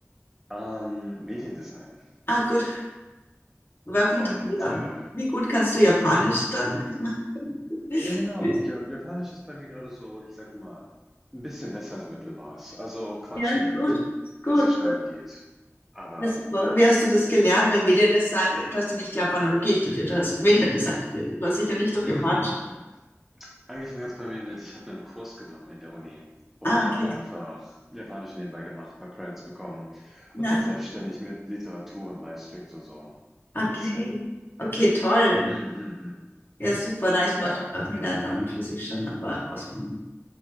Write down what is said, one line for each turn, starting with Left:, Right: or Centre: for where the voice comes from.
Centre: Ähm, Mediendesign
Left: Ah, gut, Working
Centre: und,
Left: Travel.
Centre: äh
Left: Wie gut kannst du Japanisch dann? Ich meine, <laughs>
Centre: ja genau, ja Japanisch ist bei mir gerade so, ich sag mal, ein bisschen besser als Mittelmaß. Also, quatschen
Left: ja,
Centre: geht,
Left: gut, gut,
Centre: lesen, schreiben
Left: gut.
Centre: geht, aber,
Left: Ja, super. Wie hast du das gelernt? Weil Mediendesign, du hast ja nicht Japanologie studiert, du hast Mediendesign studiert. Das war sicher nicht auf
Centre: mm,
Left: Japanisch.
Centre: mm, mm. Angefangen hat es bei mir mit, ich habe einen Kurs genommen in der Uni und
Left: Ah, okay.
Centre: habe einfach Japanisch nebenbei gemacht, paar Credits bekommen
Left: Ja,
Centre: und dann selbstständig mit Literatur und Livestreams und so
Left: okay.
Centre: ein bisschen.
Left: Okay, toll.
Centre: Mhm, mhm.
Left: Ja, super. Na, ich mag
Centre: Ja,
Left: Lernen an und für sich schon, aber auswandern.